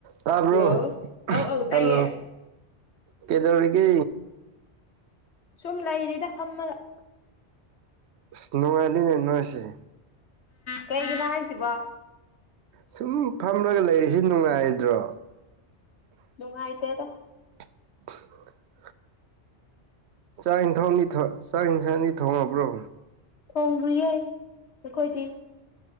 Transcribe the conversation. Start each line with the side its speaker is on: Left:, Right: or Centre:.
Right: ꯇꯥꯕ꯭ꯔꯣ
Left: ꯍꯜꯂꯣ ꯑꯧ ꯑꯧ ꯇꯥꯏꯌꯦ
Right: ꯍꯜꯂꯣ ꯀꯗꯧꯔꯤꯒ
Left: ꯁꯨꯝ ꯂꯩꯔꯤꯗ ꯐꯝꯃꯒ
Right: ꯁꯅꯣ ꯑꯅꯤꯅꯦꯅꯣꯁꯤ
Left: ꯀꯩꯒꯤꯅꯣ ꯍꯥꯏꯁꯤꯕ
Right: ꯁꯨꯝ ꯐꯝꯂꯒ ꯂꯩꯔꯤꯁꯤ ꯅꯨꯡꯉꯥꯏꯗ꯭ꯔꯣ
Left: ꯅꯨꯡꯉꯥꯏꯇꯦꯗ
Right: <inaudible> ꯆꯥꯛ ꯌꯦꯟꯊꯧꯅꯤ ꯆꯥꯛ ꯌꯦꯟꯁꯥꯡꯅꯤ ꯊꯣꯡꯉꯕ꯭ꯔꯣ
Left: ꯊꯣꯡꯈꯤꯕ ꯌꯥꯏ ꯑꯩꯈꯣꯏꯗꯤ